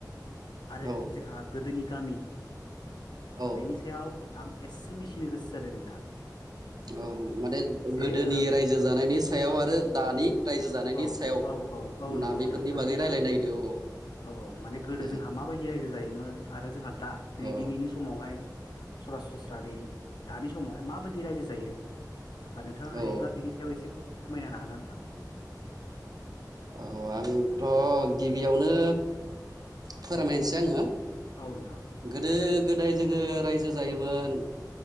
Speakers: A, on the left (about 80°); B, on the right (about 60°).
A: आरो
B: औ
A: जोंहा गोदोनि गामि
B: औ
A: बेनि सायाव आं एसे मिथिनो गोसो जादों नोंथां।
B: औ माने
A: जे
B: गोदोनि
A: ओ
B: रायजो जानायनि सायाव आरो दानि रायजो जानायनि
A: औ
B: सायाव
A: औ औ औ नंगौ
B: ना
A: नोंथां
B: बेफोरनि
A: माने
B: बागै रायज्लायनो
A: औ
B: नागिरदों औ
A: औ औ माने गोदो
B: दे
A: जोंहा माबायदि रायजो जायोमोन आरो जोंहा दा न
B: औ
A: दिनैनि समावहाय सरासनस्रा नै दानि समावहाय माबायदि रायजो जायो आरो नोंथाङा हायोब्ला
B: औ
A: बिनि सायाव एसे फोरमायना होन हागोन नोंथां
B: औ आंथ' गिबियावनो फोरमायनोसै आङो
A: औ नोंथां
B: गोदो गोदाय जोङो रायजो जायोमोन